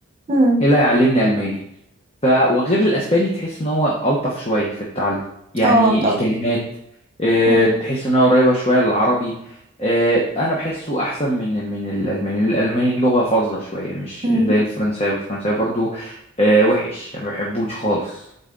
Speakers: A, on the right; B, on the left.
A: امم
B: ايه اللي هيعلمني الماني ف وغير الاسباني تحس ان هو الطف شويه في التعلم يعني
A: اه طبعا
B: الكلمات آه،
A: امم
B: تحس ان هو قريبه شويه للعربي آه، انا بحسه احسن من من الالماني الالماني اللغه فظه شويه مش
A: امم
B: زي الفرنساوي الفرنساوي برضو آه، وحش يعني ما بحبوش خالص